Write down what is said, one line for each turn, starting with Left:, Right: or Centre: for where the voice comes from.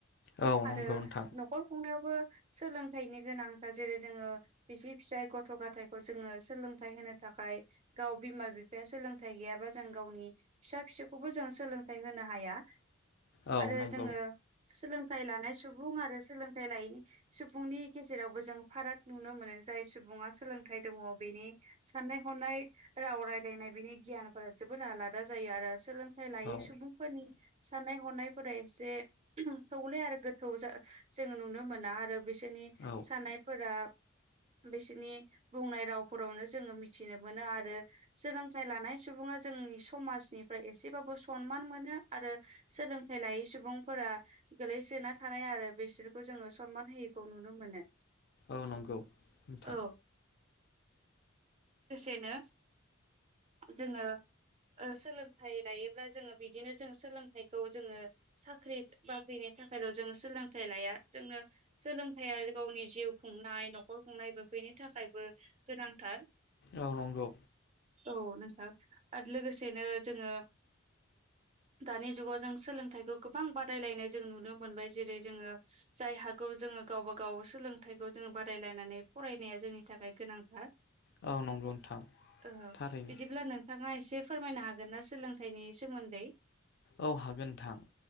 Left: औ नंगौ
Right: आरो
Left: नोंथां
Right: न'खर खुंनायावबो सोलोंथाइनि गोनां दा जेरै जोङो बिसि फिसाय गथ' गथायखौ जोङो सोलोंथायाइ होनो थाखाय गाव बिमा बि बिफाया सोलोंथाइ गैयाबा जों गावनि फिसा फिसौखौबो जों सोलोंथाइ होनो हाया
Left: औ
Right: आरो
Left: नंगौ
Right: जोङो सोलों थाय सुबुं आरो सोलोंथाइ लायैनि सुबुंनि गेजेराव जों फाराग नुनो मोनो जाय सुबुङा सोलोंथाइ दङ बेनि साननाय हनाय राव राय रायलायनाय बिनि गियानफोरा जोबोद आलादा जायो आरो सोलों थाय लायै
Left: औ
Right: सुबुंफोरनि साननाय हनाय फोरा एसे अम थौले आरो गोथौ जों जोङो नुनो मोना आरो बिसोरनि
Left: औ
Right: थानायफोरा बिसोरनि बुंनाय रावफोरावनो जोङो मिथिनो मोनो आरो सोलोंथाइ लानाय सुबुङा जोंनि समाजनिफ्राय एसेबाबो सनमान मोनो आरो सोलोंथाइ लायै सुबुंफोरा गोलैसोना थानाय आरो बिसोरखौ जोङो सनमान होयिखौ नुनो मोनो
Left: औ नंगौ नोंथां
Right: औ लोगोसेनो जोङो ओ सोलोंथाइ लायोब्ला जोङो बिदिनो जों सोलोंथाइखौ जोङो साख्रि बाख्रिनि थाखायल' जोङो सोलोंथाइ लाया जोंनो सोलोंथया गावनि जिउ खुंनाय न'खर खुंनायबो बेफैनि थाखायबो गोनांथार
Left: औ नंगौ
Right: औ नोंथां आरो लोगोसेनो जोङो दानि जुगाव जों सोलोंथाइखौ गोबां बादायलायनाय जों नुनो मोनबाय जेरै जोङो जाय हागौ जोङो गावबा गाव सोलोंथाइखौ जोङो बादायलायनानै फरायनाया जोंनि थाखाय गोनांथार
Left: औ नंगौ नोंथां
Right: औ
Left: थारैनो
Right: बिदिब्ला नोंथाङा एसे फोरमायनो हागोन ना सोलोंथाइनि सोमोन्दै
Left: औ हागोन नोंथां